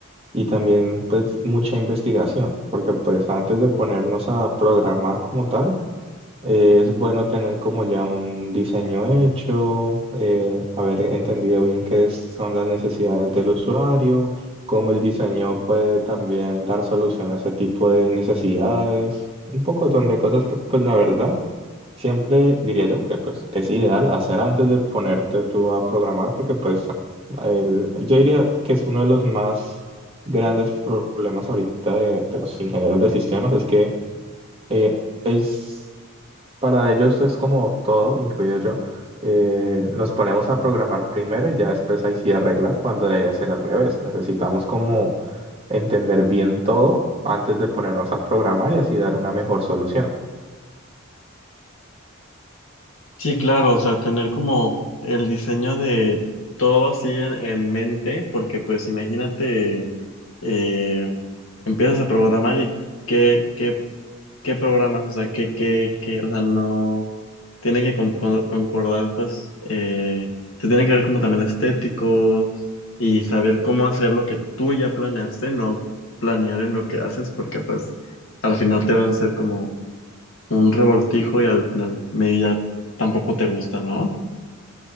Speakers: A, on the right; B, on the left.
A: y también pues mucha investigación, porque pues antes de ponernos a programar como tal, eh, es bueno tener como ya un diseño hecho, eh, haber entendido bien qué es- son las necesidades del usuario, cómo el diseño puede también dar solución a ese tipo de necesidades, un poco de cosas que pues la verdad. Siempre diría yo que pues es ideal hacer antes de ponerte tú a programar porque pues el- yo diría que es uno de los más grandes problemas ahorita de, de los ingenieros de sistemas es que eh, es para ellos es como todo, incluido yo, eh, nos ponemos a programar primero y ya después ahí sí arreglar cuando debería ser al revés. Necesitamos como entender bien todo antes de ponernos a programar y así dar una mejor solución.
B: Sí, claro, o sea, tener como el diseño de todo así en, en mente, porque pues imagínate, eh, empiezas a programar y qué, qué ¿Qué programas? O sea, ¿qué, qué, qué? O sea, no... Tiene que con- con- concordar, pues, eh, se tiene que ver como también estético y saber cómo hacer lo que tú ya planeaste, no planear en lo que haces, porque pues al final te vas a hacer como un revoltijo y al final media tampoco te gusta, ¿no?